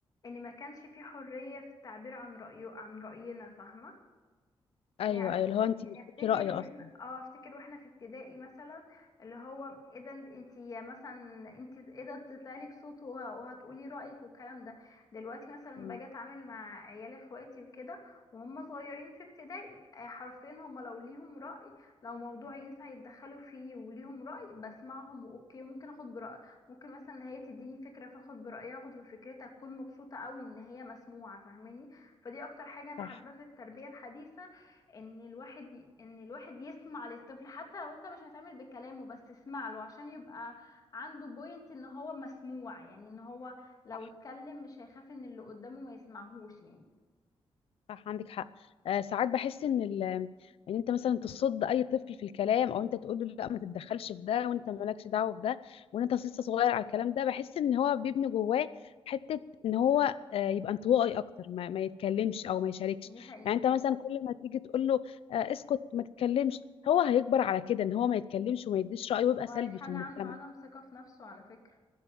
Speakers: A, on the left; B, on the left.
A: إن ما كانش في حرية في التعبير عن رأيه عن رأينا فاهمة يعني
B: ايوه
A: عارف-
B: ايوه اللي هو انت
A: يعني
B: مش
A: افتكر
B: ليكي رأي
A: واحنا
B: اصلا
A: اه افتكر واحنا في ابتدائي مثلا اللي هو ايه ده انتي مثلا انتي ايه ده تطلع لك صوت وه- وهتقولي رأيك والكلام ده دلوقتي مثلا
B: امم
A: باجي اتعامل مع عيال اخواتي وكده وهم صغيرين في ابتدائي آه، حرفيا هم لو ليهم رأي لو موضوع ينفع يتدخلوا فيه وليهم رأي بسمعهم اوكي ممكن اخد برأي ممكن مثلا إن هي تديني فكرة فاخد برأيها اخد بفكرتها اكون مبسوطة قوي ان هي مسموعة فاهماني فدي اكتر حاجة انا
B: صح
A: حابة في التربية الحديثة ان الواحد ي- ان الواحد يسمع للطفل حتى لو انت مش هتعمل بكلامه بس اسمع له عشان يبقى عنده بوينت ان هو مسموع يعني ان هو لو
B: صح
A: اتكلم مش هيخاف ان اللي قدامه ما يسمعهوش يعني
B: صح عندك حق آه ساعات بحس ان ال... ان انت مثلا تصد اي طفل في الكلام او انت تقول له لا ما تتدخلش في ده وانت مالكش دعوه بده وان انت لسه صغير على الكلام ده بحس ان هو بيبني جواه حته ان هو آه يبقى انطوائي اكتر ما, ما يتكلمش او ما يشاركش
A: دي حقيقة
B: يعني انت مثلا كل ما تيجي تقول له آه اسكت ما تتكلمش هو هيكبر على كده ان هو ما يتكلمش وما يديش رايه ويبقى
A: وهيخلي
B: سلبي في المجتمع
A: عنده عدم ثقة في نفسه على فكرة